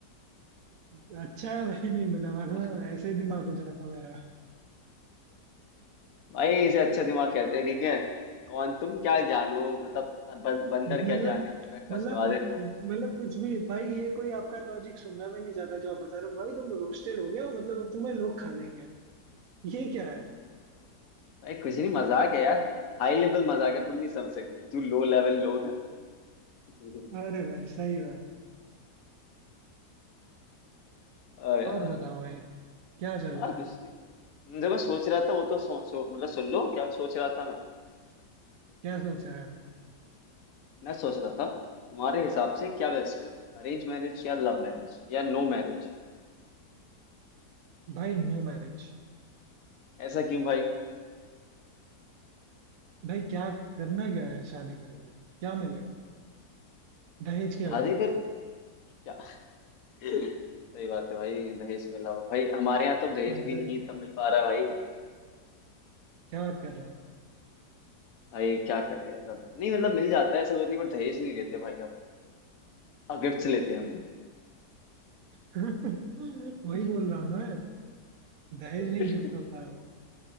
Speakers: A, on the right (about 60°); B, on the left (about 65°).
A: अच्छा है भाई नहीं मिला वरना
B: <laughs>
A: ऐसे ही दिमाग हो जाता मेरा
B: भाई इसे अच्छा दिमाग कहते हैं ठीक है कौन तुम क्या जानो मतलब बं, बंदर
A: मतलब
B: क्या जाने अदरक का
A: मतलब
B: स्वाद है
A: मतलब कुछ भी भाई ये कोई आपका लॉजिक सुनना भी नहीं चाहता जो आप बता रहे हो भाई तुम रोस्टेड हो गए हो मतलब अब तुम्हें लोग खा लेंगे ये क्या है
B: भाई कुछ नहीं मजाक है यार हाई लेवल मजाक है तुम नहीं समझ सकते जो लो लेवल लोग हैं <laughs>
A: अरे भाई सही बात है
B: ओ यार
A: और बताओ भाई क्या चल
B: और
A: रहा
B: कुछ
A: है
B: नहीं जो मैं सोच रहा था वो तो सो, सो, मतलब सुन लो क्या सोच रहा था मैं
A: क्या सोच रहे हो
B: मैं सोच रहा था तुम्हारे हिसाब से क्या बेस्ट है अरेंज मैरिज या लव मैरिज या नो मैरिज
A: भाई नो मैरिज
B: ऐसा क्यों भाई
A: भाई क्या करना क्या है शादी करके क्या मिलेगा दहेज के अलावा
B: शादी कर क्या <laughs> सही बात है भाई दहेज के अलावा भाई हमारे यहाँ तो दहेज
A: हाँ,
B: भी
A: दहे-
B: नहीं इतना मिल पा रहा है भाई
A: क्या बात कर रहे हो
B: भाई क्या करें मतलब नहीं मतलब मिल जाता है ऐसा कुछ नहीं बट दहेज नहीं लेते भाई अब अब गिफ्ट लेते हैं हम
A: <laughs> वही
B: लोग
A: बोल रहा हूँ ना दहेज
B: <laughs>
A: नहीं गिफ्ट होता है वो